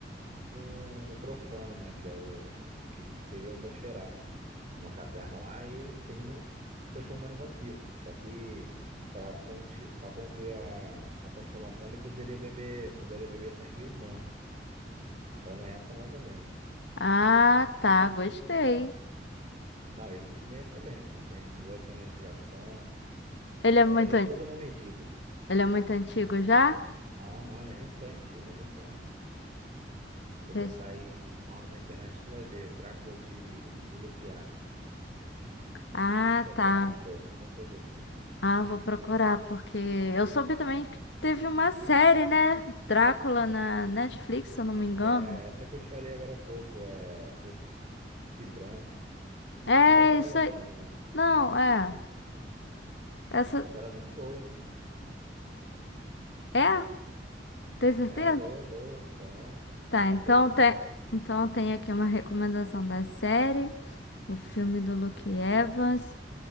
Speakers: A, on the right; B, on the left.
A: no, no profano, né, que é o que, que seria o Nosferatu, numa caverna lá, e ele termina se transformando em vampiro. Só que para concluir a, a transformação, ele precisaria beber, precisaria beber sangue humano. A trama é essa, mais ou menos.
B: Ah, tá, gostei.
A: Não, esse filme é excelente. Tem boas cenas de ação. É,
B: Ele é muito,
A: ele é
B: an-
A: todo na medida.
B: ele é muito antigo já?
A: Não, não, ele é recente, ele é recente. Se você
B: Rec-
A: botar aí uma hora na internet, tu vai ver Drácula de, do Luke Evans.
B: Ah,
A: Acho que é Drácula,
B: tá.
A: uma coisa assim.
B: Ah, vou procurar, porque eu soube também que teve uma série, né? Drácula na Netflix, se eu não me engano.
A: É, essa que eu te falei agora há pouco, é preta e branca.
B: É,
A: Preta e branca é mais
B: isso
A: ou
B: aí.
A: menos, né?
B: Não, é. Essa.
A: Mas era muito boa.
B: É? Tem certeza?
A: É boa, é boa, tem.
B: Tá,
A: Ela
B: então
A: é interessante.
B: tem. Então tem aqui uma recomendação da série, o filme do Luke Evans.